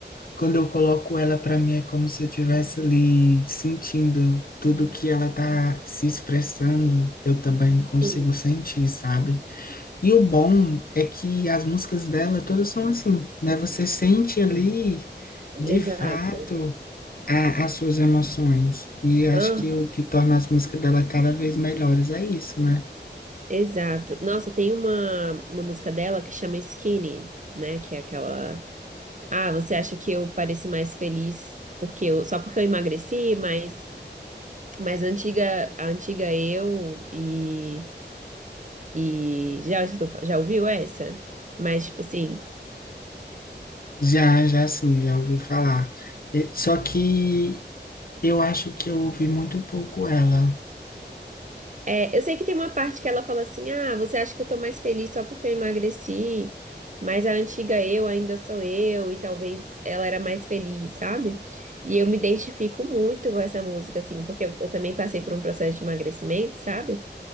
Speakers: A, on the left (about 55°); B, on the right (about 45°).
A: quando eu coloco ela pra mim é como se eu estivesse ali sentindo tudo que ela tá se expressando. Eu também consigo
B: Sim,
A: sentir, sabe? E o bom é que as músicas dela todas são assim, né? Você sente ali De
B: exato.
A: fato, a- as suas emoções. E acho
B: Hã?
A: que o que torna as músicas dela cada vez melhores é isso, né?
B: exato. Nossa, tem uma, uma música dela que chama Skinny, né? Que é aquela. Ah, você acha que eu pareço mais feliz porque eu, só porque eu emagreci, mas, mas a antiga, a antiga eu e. E já escutou, fa- já ouviu essa? Mas, tipo assim,
A: Já, já sim, já ouvi falar. E- Só que eu acho que eu ouvi muito pouco ela.
B: é, eu sei que tem uma parte que ela fala assim: ah, você acha que eu tô mais feliz só porque eu emagreci, mas a antiga eu ainda sou eu, e talvez ela era mais feliz, sabe? E eu me identifico muito com essa música, assim, porque eu, eu também passei por um processo de emagrecimento, sabe?